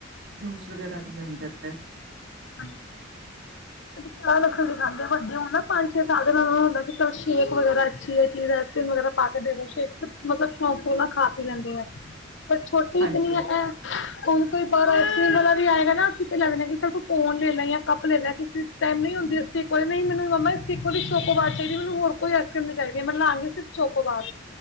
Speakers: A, on the right; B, on the left.
A: ਜੂਸ ਵਗੈਰਾ ਵੀ ਬਣ ਜਾਂਦਾ।
B: ਹੂੰ,
A: <inaudible>
B: ਚ' ਨਖੇਣ ਦਿਖਾਂਦੇ ਆ। ਵੱਡੇ ਹੁਣ ਨਾ ਪੰਜ- ਛੇ ਸਾਲ ਦੇ ਨਾਲ ਹੁੰਦਾ ਕਿ ਚੱਲ ਸ਼ੇਕ ਵਗੈਰਾ ਅੱਛੀ ਹੈ ਚੀਜ਼ ਤੇ ਮਗਰ। ਪੱਕਦੇ ਵੀ ਹੈ। ਇੱਕ ਮਤਲਬ, ਸ਼ੌਕ ਨਾਲ ਖਾ-ਪੀ ਲੈਂਦੇ ਆ।
A: <inaudible>
B: ਪਰ ਛੋਟੀ
A: ਹਾਂਜੀ
B: ਇੰਨੀ
A: ਹਾਂਜੀ
B: ਹੈ। ਹੁਣ ਕੋਈ ਬਾਹਰ ਆਈਸਕ੍ਰੀਮ ਵਾਲਾ ਵੀ ਆਏਗਾ ਨਾ, ਤਾਂ ਲੱਗਦਾ ਸੋਚਾਂਗੇ ਕਿ ਕੋਈ ਲੈ ਲਵੇ ਜਾਂ ਕੱਢ ਲਵੇ, <inaudible> ਕਿਸੇ ਕੋਲ ਟਾਈਮ ਨਹੀਂ ਹੁੰਦਾ। ਮੈਨੂੰ ਤਾਂ ਮੰਮੀ ਦੇ ਹੱਥਾਂ ਵਾਲੀ ਹੀ ਚਾਹੀਦੀ ਹੈ ਕੋਈ ਆਈਸ ਕਰੀਮ ਨੀ ਚਾਹੀਦੀ ਹੈ ਮੈ ਲਵਾਂਗੀ ਸਿਰਫ਼ ਚੋਕੋ ਬਾਰ,